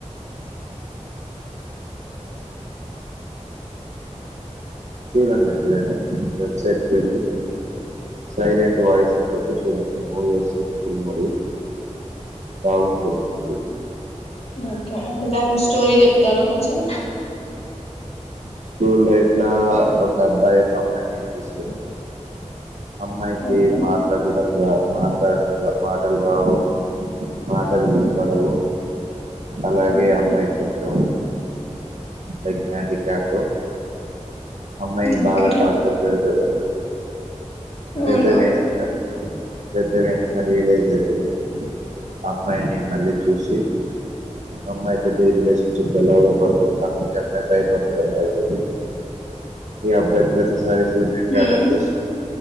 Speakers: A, on the left (about 55°); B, on the right (about 70°).
A: అ
B: చూడండి ఇప్పుడుేనా వెబ్సైట్కి వెళ్ళి సైలెంట్ వాయిస్ అని కొట్టి చూడండి మూవీ వస్తది ఫుల్ మూవీ బాగుంటుంది మూవీ
A: ఓకే అంటే దాని స్టోరీ చెప్తారా కొంచెం
B: స్కూల్ లైఫ్లా ఒక అబ్బాయి ఒక అమ్మాయి నేడిపిస్తడు అమ్మాయికి
A: ఓకే
B: మాట్లాడడం రా మాట్లాడిస్తే మాట్లాడు మాటలు రావు మాటలు వినపడవు అలాగే
A: ఓకే
B: అమ్మాయి కొంచెం లైక్ హ్యాండ్ కీప్యాడ్ అమ్మ
A: ఓకే
B: బాగా టార్చర్ పెడితది
A: అవునా
B: పెద్దగాయనాక పెద్దగాయనాక రియలైజ్ అయితదో అమ్మాయి మిమ్మల్ని చూసి అమ్మాయి తోటి రిలేషన్షిప్ డవల పడుతుద కాకపోతే టైం పడుతుంది అబ్బాయి తోటి ఈ అబ్బాయి ప్రతిసారి సూసైడ్ కి
A: ఉమ్
B: అటెం చేసిండు